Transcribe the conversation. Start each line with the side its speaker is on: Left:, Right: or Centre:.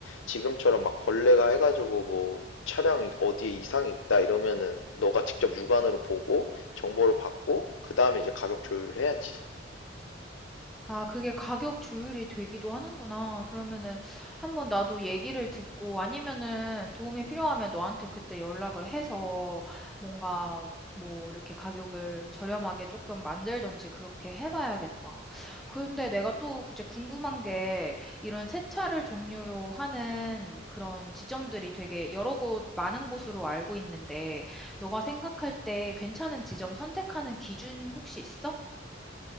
Left: 지금처럼 막 벌레가 해가지고 뭐 차량 이- 어디에 이상이 있다 이러면은 너가 직접 육안으로 보고 정보를 받고 그 다음에 이제 가격 조율을 해야지.
Centre: 아 그게 가격 조율이 되기도 하는구나. 그러면은 한번 나도 얘기를 듣고 아니면은 도움이 필요하면 너한테 그때 연락을 해서 뭔가 뭐 이렇게 가격을 저렴하게 조금 만들던지 그렇게 해봐야겠다. 근데 내가 또 이제 궁금한 게 이런 세차를 종류로 하는 그런 지점들이 되게 여러 곳 많은 곳으로 알고 있는데 너가 생각할 때 괜찮은 지점 선택하는 기준 혹시 있어?